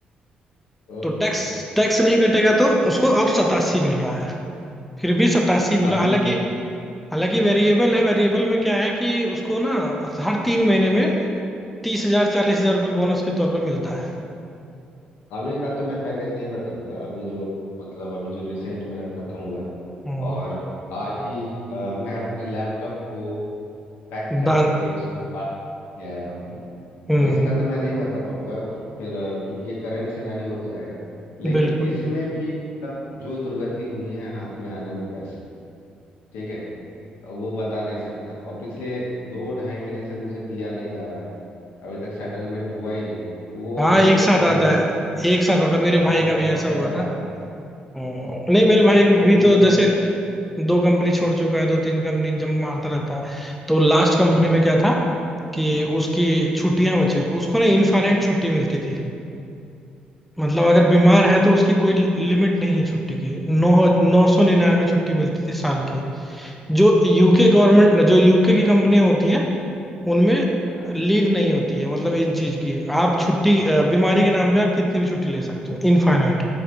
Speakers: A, on the left; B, in the centre.
A: ओ
B: तो
A: हो
B: टैक्स
A: हो हो
B: टैक्स नहीं कटेगा तो उसको अब सतासी मिल रहा है फिर भी सतासी मिला
A: अभी
B: हालांकि हालांकि वेरिएबल है वेरिएबल में क्या है कि उसको ना हर तीन महीने में तीस हजार चालीस हजार रुपये बोनस के तौर पे मिलता है
A: अभी का तो मैं पैकेज नहीं बताऊंगा अभी जो मतलब अभी जो रिसेंट मेरा खत्म हुआ है
B: हम्म,
A: और आज ही अ, मैं अपने लैपटॉप को पैक करके
B: दान
A: उसको पार्क करके आया हूँ
B: हम्म,
A: तो इसका तो मैं नहीं बता पाऊंगा फिर अ, क्योंकि ये करंट सिनारियो हो जाएगा लेकिन
B: बिल्कुल
A: इसमें भी मतलब जो दुर्गति हुई है हाथ में आने में पैसे ठीक है वो बता नहीं सकता और पिछले दो ढाई महीने से मुझे दिया नहीं जा रहा है अभी तक सेटलमेंट हुआ ही नहीं तो वो
B: हाँ
A: ये
B: एक साथ
A: है कि जब
B: आता
A: ये सब
B: है एक साथ आता है मेरे
A: हाँ
B: भाई
A: सब
B: का
A: पहुंच
B: भी ऐसा
A: जाएगा
B: हुआ था हम्म,
A: हाँ,
B: नहीं मेरे भाई भी
A: तो मुझे
B: तो
A: लग
B: जैसे दो कंपनी छोड़ चुका है दो तीन कंपनी जब मारता रहता है तो लास्ट कंपनी में क्या था कि उसकी छुट्टियां बची थी उसको ना इनफाइनाइट छुट्टी मिलती थी मतलब अगर बीमार
A: अच्छा
B: है
A: पढ़िए
B: तो उसकी कोई लिमिट नहीं है छुट्टी की नौ नौ सौ निन्यानवे
A: अच्छा अच्छा
B: छुट्टी मिलती थी साल की जो यूके गवर्नमेंट जो यूके की कंपनियां होती हैं उनमें
A: हाँ हाँ
B: लीव नहीं होती है मतलब इन चीज की आप छुट्टी अ, बीमारी
A: बिल्कुल
B: के नाम पे आप कितनी भी छुट्टी ले सकते हो इनफाइनाइट